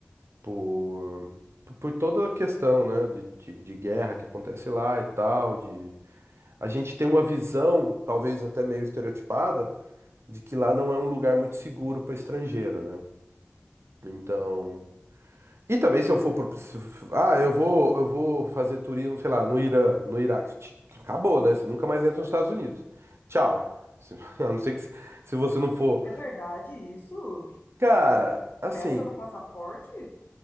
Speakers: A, on the right (about 75°); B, on the left (about 50°).
A: Por, por toda a questão, né? De, de, de guerra que acontece lá e tal, de a gente tem uma visão, talvez até meio estereotipada, de que lá não é um lugar muito seguro para estrangeiro, né? Então. E também se eu for pro... se- Ah, eu vou, eu vou fazer turismo, sei lá, no Irã, no Iraque. Ti- Acabou, né? Você nunca mais entra nos Estados Unidos. Tchau. Se- <laughs> A não ser que se se você não for.
B: É verdade isso?
A: Cara,
B: É,
A: assim,
B: pesa no passaporte?